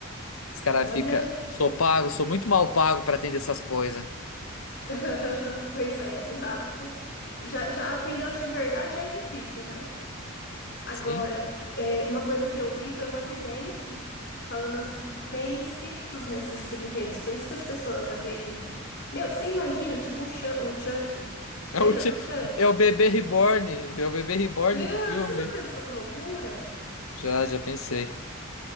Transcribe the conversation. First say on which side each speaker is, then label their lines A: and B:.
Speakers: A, on the left; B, on the left.
A: Os caras
B: Olha.
A: ficam. Sou pago, sou muito mal pago pra atender essas coisas.
B: <laughs> Pois é, exato. Já, já atender os de verdade já é difícil, né? Agora,
A: Sim.
B: é, uma coisa que eu vi foi uma vidente falando assim que tem espíritos nesses brinquedos, por isso que as pessoas acreditam. Meu, você imagina, tipo o Chu- o Chuck.
A: É
B: Lembra
A: o, ti-
B: do Chuck?
A: é o bebê reborn. É o bebê reborn
B: Meu,
A: do filme.
B: você já pensou que loucura?
A: Já, já pensei.